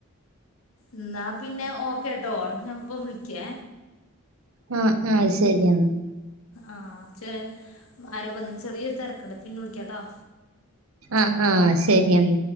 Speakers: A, on the left; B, on the right.
A: എന്ന എന്നാ പിന്നെ ഓക്കേട്ടോ ഞാൻ ഇപ്പൊ വിളിക്കേ
B: ആഹ് ആഹ് ശരി എന്നാ.
A: ആഹ ച അര വന്ന ചെറിയൊരു തിരക്കട പിന്നെ വിളിക്കാട്ടോ?
B: ആഹ് ആഹ് ശരിയെന്ന.